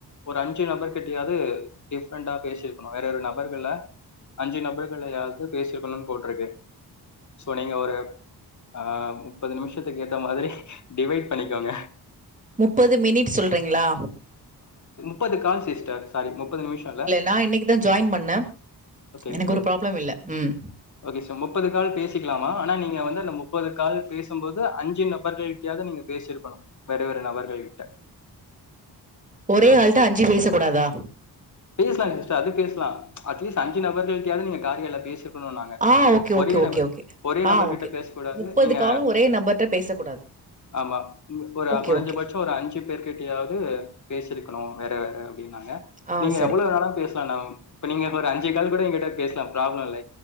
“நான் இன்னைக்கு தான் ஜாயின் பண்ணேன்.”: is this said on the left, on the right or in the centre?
Right